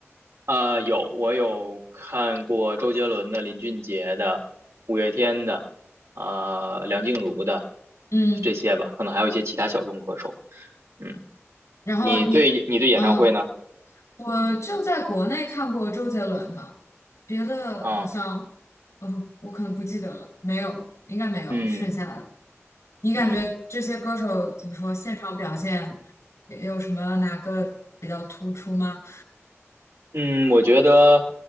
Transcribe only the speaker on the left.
嗯，
然后你。
嗯。我就在国内看过周杰伦的，别的好像，
嗯，我可能不记得了，没有，应该没有剩下的。
你感觉这些歌手怎么说，
现场表现有什么哪个比较突出吗？